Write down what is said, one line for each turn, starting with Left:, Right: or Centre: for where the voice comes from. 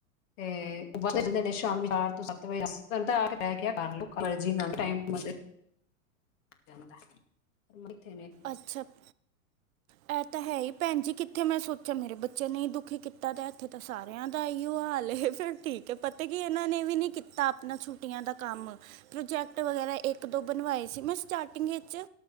Left: <unintelligible> <unintelligible>
Right: ਅਛਾ -
Left: <inaudible>
Right: ਇਹ ਤਾਂ ਹੈ ਈ ਭੈਣ ਜੀ ਕਿਥੇ ਮੈ ਸੋਚਿਆ ਮੇਰੇ ਬੱਚਿਆਂ ਨੇ ਈ ਦੁਖੀ ਕੀਤਾ ਦਾ ਇਥੇ ਤਾਂ ਸਾਰੇ ਸਾਰੇਆ ਦਾ ਐਇਯੋ ਹਾਲ ਏ ਫਿਰ ਠੀਕ ਹੈ ਪਤਾ ਕੀ ਇਹਨਾ ਨੇ ਵੀ ਨਹੀ ਕੀਤਾ ਆਪਣਾ ਛੁੱਟੀਆਂ ਦਾ ਕਮ ਪ੍ਰੋਜੈਕਟ ਵਗੈਰਾ ਇਕ ਦੋ ਬਣਵਾਏ ਸੀ ਮੈ ਸਟਾਰਟਿੰਗ ਚ